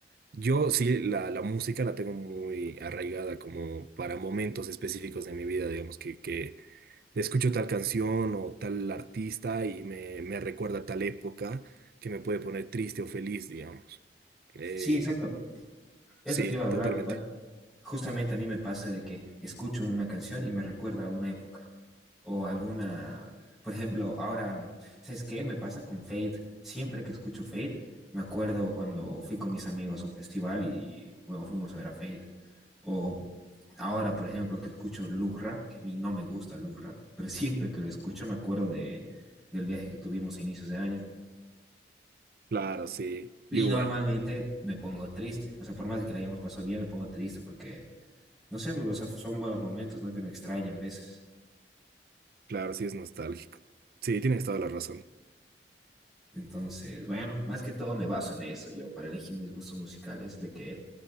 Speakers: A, on the right; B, in the centre.
A: Yo sí, la, la música la tengo muy arraigada como para momentos específicos de mi vida, digamos, que, que escucho tal canción o tal artista y me, me recuerda tal época que me puede poner triste o feliz, digamos. Eh,
B: Sí, exacto. Eso
A: sí,
B: te iba a hablar
A: totalmente.
B: igual. Justamente a mí me pasa de que escucho una canción y me recuerda a una época o alguna, por ejemplo, ahora, ¿sabes qué? Me pasa con Fade. Siempre que escucho Fade, me acuerdo cuando fui con mis amigos a un festival y, bueno, fuimos a ver a Fade. O ahora, por ejemplo, que escucho Lugra, que a mí no me gusta Lugra, pero <laughs> siempre que lo escucho me acuerdo de, del viaje que tuvimos a inicios de año.
A: Claro, sí, yo
B: Y
A: igual.
B: normalmente me pongo triste, o sea, por más de que la hayamos pasado bien, me pongo triste porque no sé, pues, o sea, son buenos momentos, ¿no? Que uno extraña a veces.
A: Claro, sí es nostálgico. Sí, tienes toda la razón.
B: Entonces, bueno, más que todo me baso en eso yo para elegir mis gustos musicales, de que